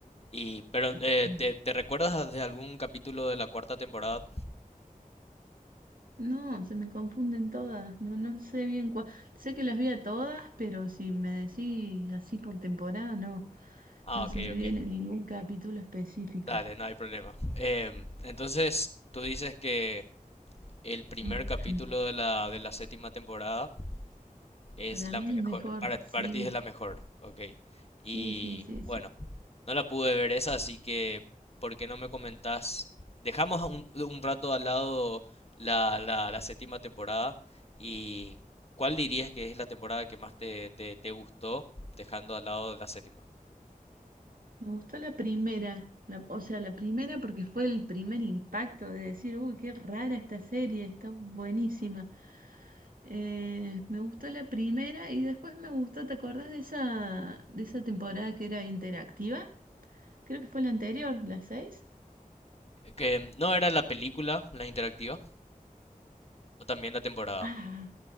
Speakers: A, on the left; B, on the right.
A: Y, pero,
B: <clears throat>
A: eh, ¿te, te recuerdas de algún capítulo de la cuarta temporada?
B: No, se me confunden todas. No, no sé bien cuál. Sé que las vi a todas, pero si me decís así por temporada, no,
A: Ah,
B: no
A: ok,
B: se me
A: ok.
B: viene ningún capítulo específico.
A: Dale, no hay problema. Em, entonces, tú dices que el primer
B: <clears throat>
A: capítulo de la, de la séptima temporada Es
B: Para
A: la
B: mí
A: mejor,
B: es el mejor.
A: para, para
B: Sí,
A: ti es la mejor, ok.
B: sí,
A: Y
B: sí, sí,
A: bueno,
B: sí.
A: no la pude ver esa, así que, ¿por qué no me comentás? Dejamos un, un rato al lado la, la, la séptima temporada y ¿cuál dirías que es la temporada que más te, te, te gustó, dejando al lado la séptima?
B: Me gustó la primera, la- o sea, la primera porque fue el primer impacto de decir, uy, qué rara esta serie, está buenísima. Eh, me gustó la primera y después me gustó, ¿te acordás de esa, de esa temporada que era interactiva? Creo que fue la anterior, la 6.
A: Que no era la película, la interactiva, o también la temporada.
B: Ah,